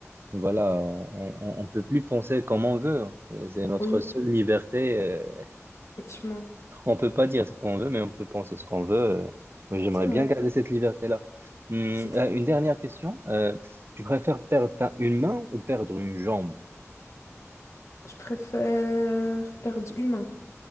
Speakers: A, on the right; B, on the left.
A: voilà, on, on, on peut plus penser comme on veut. hein. Euh, C'est notre
B: Oui,
A: seule liberté. euh,
B: effectivement,
A: On peut pas dire ce qu'on veut, mais on peut penser ce qu'on veut. euh, moi, J'aimerais
B: c'est vrai.
A: bien garder cette liberté-là. Hum,
B: C'est très...
A: euh, une dernière question. euh, tu préfères perdre ta- une main ou perdre une jambe?
B: Je préfère perdre une main